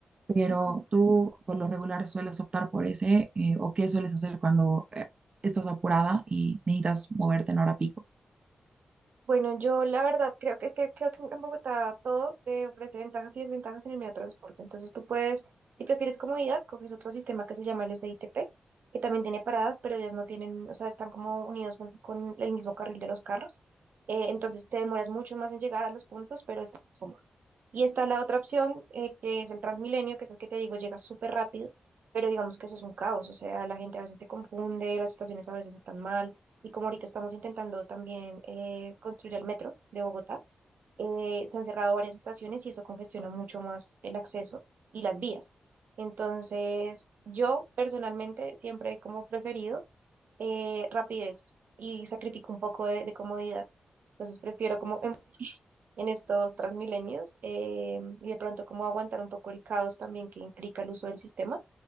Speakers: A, on the right; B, on the right.
A: Pero
B: Ujú.
A: tú por lo regular sueles optar por ese, eh, o qué sueles hacer cuando eh, estás apurada y necesitas moverte en hora pico.
B: Bueno, yo la verdad creo que es que creo que en Bogotá todo te ofrece ventajas y desventajas en el medio de transporte. Entonces tú puedes, si prefieres comodidad, coges otro sistema que se llama el SITP, que también tiene paradas, pero ellas no tienen, o sea, están como unidos con, con el mismo carril de los carros. Eh, entonces te demoras mucho más en llegar a los puntos, pero estás más cómodo. Y está la otra opción, eh, que es el Transmilenio, que es el que te digo, llega súper rápido, pero digamos que eso es un caos, o sea, la gente a veces se confunde, las estaciones a veces están mal, y como ahorita estamos intentando también eh, construir el metro de Bogotá, eh, se han cerrado varias estaciones y eso congestiona mucho más el acceso y las vías. Entonces, yo personalmente siempre he como preferido eh, rapidez y sacrifico un poco de, de comodidad. Entonces, prefiero como... embutir en estos Transmilenios eh, y de pronto cómo aguantar un poco el caos también que implica el uso del sistema,